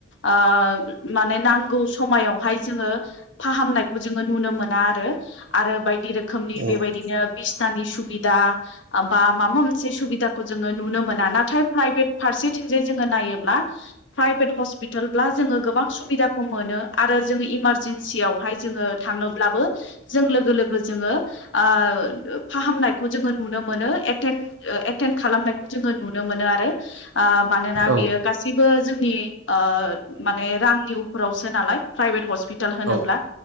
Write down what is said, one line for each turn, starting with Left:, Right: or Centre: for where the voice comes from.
Left: ओ माने नांगौ समायावहाय जोङो फाहामनायखौ जोङो नुनो मोना आरो आरो बायदि रोख खोमनि
Right: औ
Left: बेबायदिनो बिसनानि सुबिदा बा माबा मोनसे सुबिदा खौ जोङो नुनो मोना नाथाय प्राइभेट फारसेथिंजाय जोङो नायोब्ला प्राइभेट हस्पिटाब्ला जोङो गोबां सुबिदाखौ मोनो आरो जोङो इमारजेन्सियाव हाय जोङो थाङोब्लाबो जों लोगो लोगो जोङो ओ फाहामनाय खौ जोङो नुनो मोनो एटेम्प ओ एटेम्प खालामनायखौ जोङो नुनो मोनो आरो आ मानोना
Right: औ
Left: बियो गासिबो जोंनि ओ माने रांनि उपोरावसो नालाय प्राइभेट हस्पि टाल होनोब्ला
Right: औ